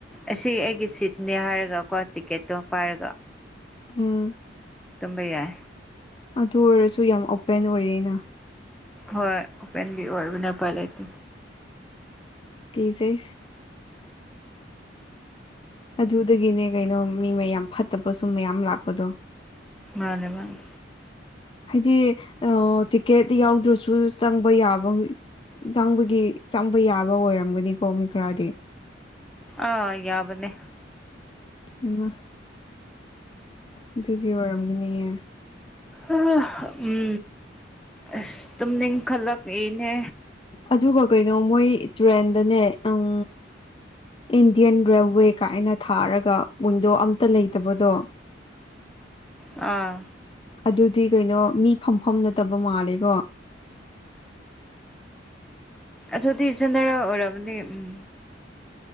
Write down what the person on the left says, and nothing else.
ꯎꯝ
ꯑꯗꯨ ꯑꯣꯏꯔꯁꯨ ꯌꯥꯝ ꯑꯣꯄꯦꯟ ꯑꯣꯏꯌꯦꯅ
ꯀꯤꯖꯩꯁ ꯑꯗꯨꯗꯒꯤꯅꯦ ꯀꯩꯅꯣ ꯃꯤ ꯃꯌꯥꯝ ꯐꯠꯇꯕ ꯁꯨꯝ ꯃꯌꯥꯝ ꯂꯥꯛꯄꯗꯣ
ꯍꯥꯏꯗꯤ ꯑꯣ ꯇꯤꯀꯦꯠ ꯌꯥꯎꯗ꯭ꯔꯁꯨ ꯆꯪꯕ ꯌꯥꯕ ꯆꯪꯕꯒꯤ ꯆꯪꯕ ꯌꯥꯕ ꯑꯣꯏꯔꯝꯒꯅꯤꯀꯣ ꯃꯤ ꯈꯔꯗꯤ
ꯍꯩꯃꯥ ꯑꯗꯨꯒꯤ ꯑꯣꯏꯔꯝꯒꯅꯤꯌꯦ
ꯑꯗꯨꯒ ꯀꯩꯅꯣ ꯃꯣꯏ ꯇ꯭ꯔꯦꯟꯗꯅꯦ ꯑꯪ ꯏꯟꯗꯤꯌꯥꯟ ꯔꯦꯜꯋꯦ ꯀꯥꯏꯅ ꯊꯥꯔꯒ ꯋꯤꯟꯗꯣ ꯑꯝꯇ ꯂꯩꯇꯕꯗꯣ
ꯑꯗꯨꯗꯤ ꯀꯩꯅꯣ ꯃꯤ ꯐꯝꯐꯝ ꯅꯠꯇꯕ ꯃꯥꯜꯂꯦꯀꯣ